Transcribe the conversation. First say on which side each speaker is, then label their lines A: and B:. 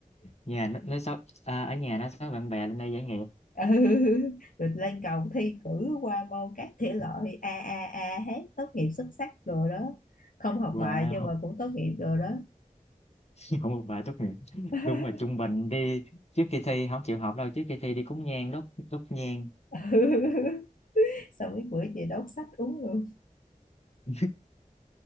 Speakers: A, on the left; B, on the left.
A: nhà nó nó xấu à, ở nhà nó xấu bạn bè lên đây giải nghiệp.
B: ừ rồi lên cầu thi cử qua môn các thể loại a a a hết tốt nghiệp xuất sắc rồi đó không học
A: Wow!
B: bài nhưng mà cũng tốt nghiệp rồi đó
A: <laughs> không một bài tốt nghiệp,
B: <laughs>
A: đúng là trung bình đi, trước khi thi không chịu học đâu, trước khi thi đi cúng nhang, đốt đốt nhang.
B: ừ. xong cái bữa chị đốt sách uống luôn
A: <laughs>